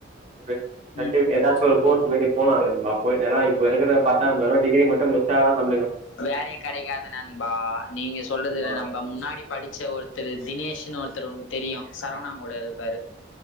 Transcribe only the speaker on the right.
ஒரு சர்டிவிக்
ஏதாச்சு ஒரு கோர்ஸ் மாரி போலா அப்போ ஏனா இப்ப இருக்கறத பாத்தா டிகிரி மட்டு முடிச்டா நம்
ஆமா